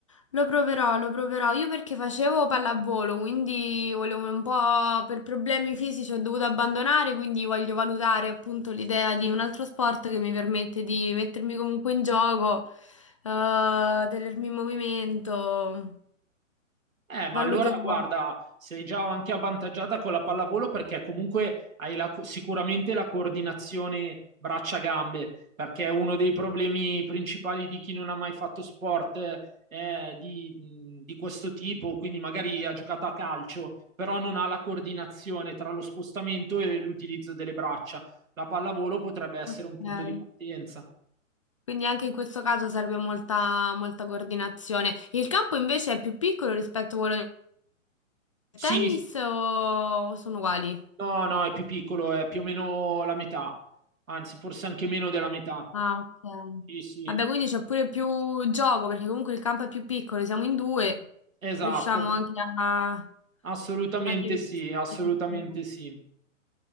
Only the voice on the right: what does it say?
Eh, ma
allora guarda, sei già anche avvantaggiata con la pallavolo perché comunque hai la co- sicuramente la coordinazione braccia-gambe, perché è uno dei problemi principali di chi non ha mai fatto sport eh, di, di questo tipo, quindi magari ha giocato a calcio, però non ha la coordinazione tra lo spostamento e l'utilizzo delle braccia. La pallavolo potrebbe essere
un punto di partenza.
Sì,
s-
no, no, è più piccolo, è più o meno la metà, anzi forse anche meno della metà.
Sì, sì,
esatto,
assolutamente
sì, assolutamente
sì.